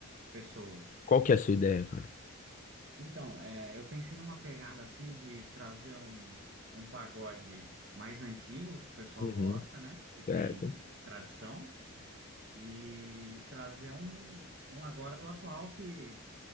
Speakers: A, on the right; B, on the left.
A: pessoas.
B: Qual que é a sua ideia, cara?
A: Então, é, eu pensei numa pegada, assim, de trazer um, um pagode mais antigo, que o pessoal
B: Uhum,
A: gosta, né? Que tem
B: certo.
A: tradição, e trazer um, um agora do atual que,